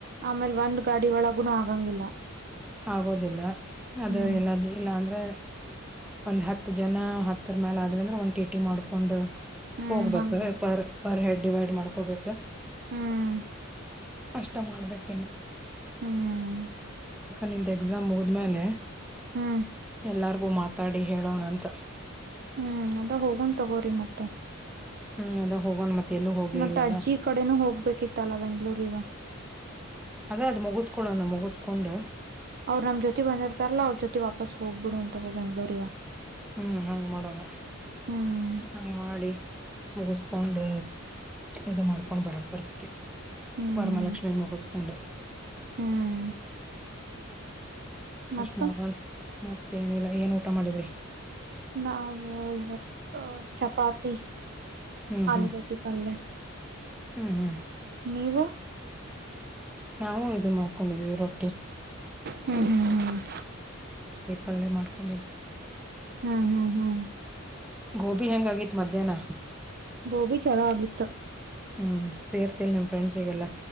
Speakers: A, on the right; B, in the centre.
A: ಆಮೇಲ್ ಒಂದ್ ಗಾಡಿ ಒಳಗುನು ಆಗಂಗಿಲ್ಲ
B: ಆಗೋದಿಲ್ಲ ಅದು
A: ಹ್ಮ್
B: ಎಲ್ಲ ಇಲ್ಲ ಅಂದ್ರೆ ಒಂದ್ ಹತ್ ಜನ ಹತ್ತರ ಮೇಾಲ ಆದ್ ಅಂದ್ರೆ ಒಂದ ಟಿ ಟಿ ಮಾಡ್ಕೊಂಡ್
A: ಹ್ಮ್
B: ಹೋಗ್ಬೇಕ
A: ಹಂಗೆ
B: ಪರ್ ಪರ್ ಹೆಡ್ ಡಿವೈಡ್ ಮಾಡ್ಕೋಬೇಕ
A: ಹ್ಮ್
B: ಅಷ್ಟ ಮಾಡ್ಬೇಕ ಇನ್ನು
A: ಹ್ಮ್
B: ನಿಂದ ಎಕ್ಸಾಮ್ ಹೋದ್ಮೇಲೆ
A: ಹ್ಮ್
B: ಎಲ್ಲಾರ್ಗು ಮಾತಾಡಿ ಹೇಳೋಣ ಅಂತ
A: ಹ್ಮ್ ಅದ ಹೋಗೊಂಡ್ ತಗೋರಿ ಮತ್ತತ್
B: ಹ್ಮ್ ಅದ ಹೋಗಣ ಮತ್ತೆ ಎಲ್ಲೂ ಹೋಗೇ
A: ಮತ್ತತ್
B: ಇಲ್ಲಲ್ಲ
A: ಅಜ್ಜಿ ಕಡೆನೂ ಹೋಗ್ಬೇಕಿತ್ತಲ್ಲಾ ಬೆಂಗ್ಳೂರಿಗ
B: ಅದೇ ಅದು ಮುಗಿಸ್ಕೊಳೋಣ ಮುಗಿಸ್ಕೊಂಡು
A: ಅವ್ ನಮ್ ಜೊ ಬಂದರ್ತಾರಲ್ಲ ಅವ್ರ ಜೊ ವಾಪಸ್ ಹೋಗ್ಬ ಬಿಡು ಅ ತಗೋ ಬೆಂಗ್ಗಳೂರಿಗ
B: ಹ್ಮ್ ಹಂಗ ಮಾಡೋಣ
A: ಹ್ಮ್
B: ಹಂಗ ಮಾಡಿ ಮುಗಿಸಕೊಂಡ್ ಇದ ಮಾಡ್ಕೊಂಡ್ ಬರಕ್ ಬರ್ತೈತಿ.
A: ಹ್ಮ್
B: ವರಮಾಲಕ್ಷ್ಮಿ ಮುಗಸ್ಕೊಂಡು
A: ಹ್ಮ್ ಮತ್ತ
B: ಅಷ್ಟ್ ಮಾಡಲ್ ಮತ್ತೇನಿಲ್ಲ ಏನ್ ಊಟ ಮಾಡಿದ್ರಿ
A: ನಾವ ಇವತ್ತ ಚಪಾತಿ
B: ಹ್ಮ್ ಹ್ಮ್
A: ಆಲೂಗಡ್ಡಿ ಪಲ್ಯ
B: ಹ್ಮ್ ಹ್ಮ್
A: ನೀವು
B: ನಾವು ಇದು ಮಾಡ್ಕೊಂಡಿದ್ದೀವಿ ರೊಟ್ಟಿ
A: ಹ್ಮ್ ಹ್ಮ್ ಹ್ಮ್
B: ಪೀಪಲ್ಲೇ ಮಾಡ್ಕೊಂಡಿದ್ವಿ.
A: ಹ್ಮ್ ಹ್ಮ್ ಹ್ಮ್
B: ಗೋಬಿ ಹೆಂಗ ಆಗಿತ್ತ ಮಧ್ಯಾಹ್ನ
A: ಗೋಬಿ ಚಲೋ ಆಗಿತ್ತ
B: ಹ್ಮ್ ಸೇರ್ತಿಲ್ ನಿಮ್ ಫ್ರೆಂಡ್ಸಗೆಲ್ಲ.